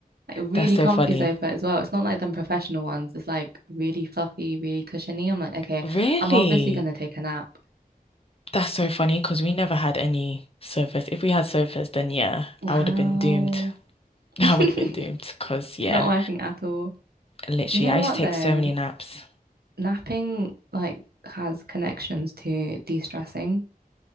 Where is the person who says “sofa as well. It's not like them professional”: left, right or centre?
Right